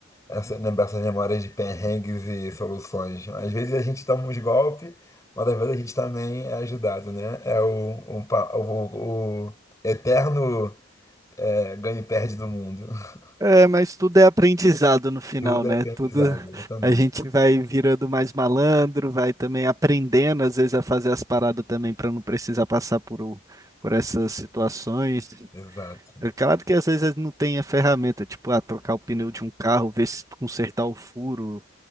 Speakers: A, on the left; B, on the right.
A: essa, lembrar essas memórias de perrengues e soluções. Às vezes a gente toma uns golpes, mas às vezes a gente também é ajudado, né? É o, um pa- o, o eterno. É, ganha e perde do mundo. <laughs>
B: É, mas tudo é aprendizado no final,
A: Tudo
B: né?
A: é canonizado,
B: Tudo
A: exatamente.
B: a gente vai virando mais malandro, vai também aprendendo às vezes a fazer as paradas também para não precisar passar por, o- por essas situações.
A: Exato.
B: É claro que às vezes não tem a ferramenta, tipo, ah, trocar o pneu de um carro, ver se consertar o furo.